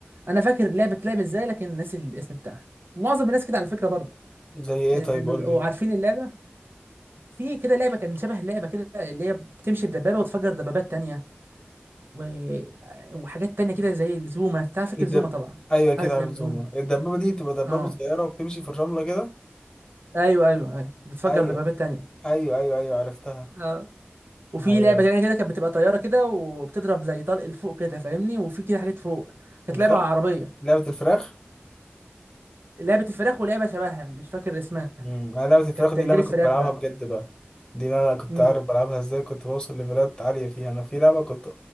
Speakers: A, on the right; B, on the left.
A: انا فاكر اللعبه بتلعب ازاي لكن ناسي الاسم بتاعها معظم الناس كده على فكره برضه
B: زي ايه
A: يعني
B: طيب
A: بيبقوا
B: قول لي
A: عارفين اللعبه في كده لعبه كان شبه اللعبه كده اللي هي بتمشي بدبابه وتفجر دبابات تانية و... وحاجات تانية كده زي زوما انت فاكر
B: الدب
A: زوما طبعا
B: ايوه اكيد
A: عارف
B: عارف
A: لعبه زوما
B: زوما الدبابه دي بتبقى دبابه
A: اه
B: صغيره وبتمشي في الرمله كده
A: ايوه ايوه ايوه بتفجر
B: ايوه
A: دبابات تانية
B: ايوه ايوه ايوه عرفتها
A: اه وفي
B: ايوه
A: لعبه تانية كده كانت بتبقى طياره كده وبتضرب زي طلق لفوق كده فاهمني وفي كده حاجات فوق كانت
B: الفرخ
A: لعبه عربيه
B: لعبه الفراخ
A: لعبه الفراخ ولعبه شبهها مش فاكر اسمها
B: امم لعبه الفراخ
A: كانت
B: دي
A: غير
B: اللي انا
A: الفراخ
B: كنت بلعبها
A: بقى
B: بجد بقى دي اللي انا كنت
A: امم
B: عارف بلعبها ازاي كنت بوصل ليفلات عاليه فيها انا في لعبه كنت